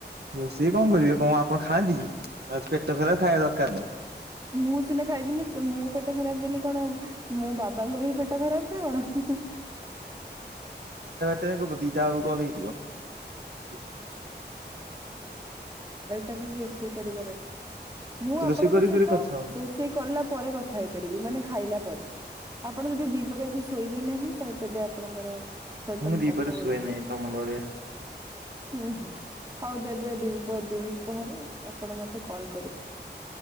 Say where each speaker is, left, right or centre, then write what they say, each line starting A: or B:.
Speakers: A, on the right (about 65°); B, on the right (about 20°).
A: ରୋଷେଇ କଣ କରିବେ କଣ ଆପଣ ଖାଆନ୍ତି କି ପେଟ ଖରାପ ଖାଇବା ଦରକାର ନାହିଁ।
B: ମୁଁ ସିନା ଖାଇବିନି ମୋ ପେଟ ଖରାପ ବୋଲି କଣ ମୋ ବାପ ବାବାଙ୍କର ବି ପେଟ ଖରାପ ଅଛି ନା କଣ?
A: ତ କବ ଦିଟା ଆଉ କଲ ହେଇଯିବ। <inaudible>
B: ତମକୁ ରୋଷେଇ କରିବାର ଅଛି। ମୁଁ ଆପଣଙ୍କ
A: ରୋଷେଇ କରି
B: ସହିତ
A: କରି କଥା ହୁଅନ୍ତୁ
B: ରୋଷେଇ କଲା ପରେ କଥା ହେଇପାରିବି ମାନେ ଖାଇଲା ପରେ। ଆପଣ ଯଦି ଦିପହରେ ଆଜି ଶୋଇବେନି ତେବେ ଆପଣଙ୍କର ସହିତ
A: ମୁଁ ଦିପହରେ
B: କଥା ହୋଇଯିବି।
A: ଶୁଏ ନାଇଁ ତମ ଭଳିଆ।
B: ହୁଁ ହୁଁ ଆଉ ତେବେ ଦୁଇ ପରେହ ଆପଣ ମତେ କଲ